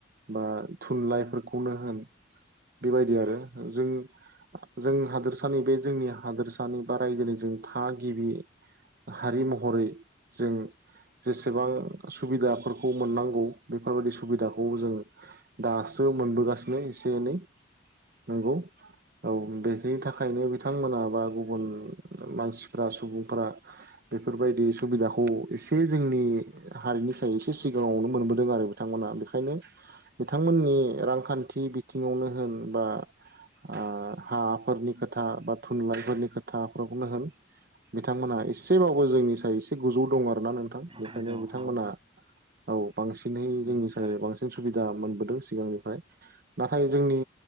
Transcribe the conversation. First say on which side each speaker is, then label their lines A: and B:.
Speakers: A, on the right (about 50°); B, on the right (about 30°).
A: बा थुनलाइफोरखौनो होन बेबायदि आरो जों जों हादोरसानि बे जोंनि हादोरसानि बा रायजोनि जों थागिबि हारि महरै जों जेसेबां सुबिदाफोरखौ मोननांगौ बेफोरबायदि सुबिदाखौ जों दासो मोनबोगासिनो एसे एनै नंगौ औ बेनि थाखाय थाखायनो बिथांमोना बा गुबुन मानसिफ्रा सुबुंफ्रा बेफोरबायदि सुबिदाखौ एसे जोंनि हारिनि सायाव एसे सिगाङावनो मोनबोदों आरो बिथांमोना बेखायनो बिथांमोननि रांखान्थि बिथिङावनो होन बा ओ हाफोरनि खोथा बा थुनलाइफोरनि खोथाफोरखौनो होन बिथांमोना एसेबाबो जोंनि सायाव एसे गोजौ दं आरोना नोंथां बेखायनो
B: गोजौआव
A: बिथांमोना
B: दं
A: औ बांसिनहै जोंनि
B: नंगौ
A: सायाव
B: थारैनो
A: बांसिन सुबिदा मोनबोदों सिगांनि नाथाय जोंनि